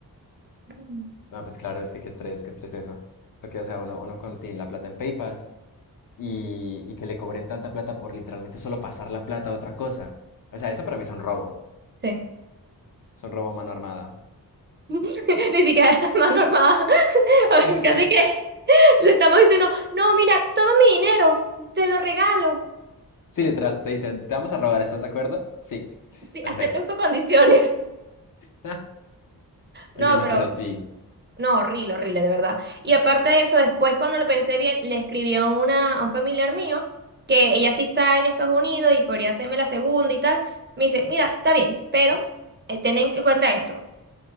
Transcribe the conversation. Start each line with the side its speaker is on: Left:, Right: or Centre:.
Right: Mm.
Left: No, pues claro, es que qué estrés, qué estrés eso. Porque, o sea, uno, uno contiene la plata en PayPal y, y que le cobren tanta plata por literalmente solo pasar la plata a otra cosa. O sea, eso para mí es un robo.
Right: Sí.
Left: Es un robo a mano armada.
Right: <laughs> Ni siquiera es más normal. <laughs> A ver,
Left: <laughs>
Right: Casi que le estamos diciendo, no, mira, toma mi dinero, te lo regalo.
Left: Sí, literal, te dicen, te vamos a robar, ¿estás de acuerdo? Sí,
Right: Sí,
Left: perfecto.
Right: acepto tus condiciones. <laughs>
Left: <laughs> Oye,
Right: No,
Left: no,
Right: pero,
Left: pero sí.
Right: no, horrible, horrible, de verdad. Y aparte de eso, después cuando lo pensé bien, le escribí a, una, a un familiar mío, que ella sí está en Estados Unidos y podría hacerme la segunda y tal. Me dice, mira, está bien, pero eh, ten en cuenta esto.